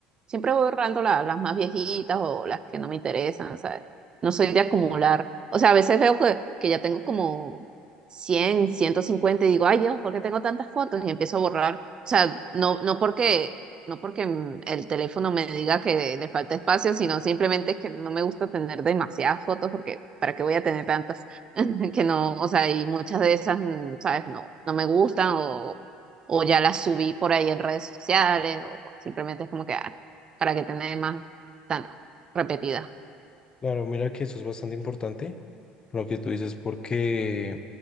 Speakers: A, on the right; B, on the left.
A: siempre voy borrando la- las más viejitas o las que no me interesan, ¿sabes? No soy de acumular. O sea, a veces veo que, que ya tengo como cien, ciento cincuenta y digo, ay Dios, ¿por qué tengo tantas fotos? Y empiezo a borrar. O sea, no no porque no porque mm, el teléfono me diga que le falta espacio, sino simplemente es que no me gusta tener demasiadas fotos porque ¿para qué voy a tener tantas? <laughs> que no, o sea, y muchas de esas, mm, ¿sabes? No, no me gustan o, o ya las subí por ahí en redes sociales o simplemente es como que, ah, para que tener más tantas repetidas.
B: Claro, mira que eso es bastante importante, lo que tú dices, porque,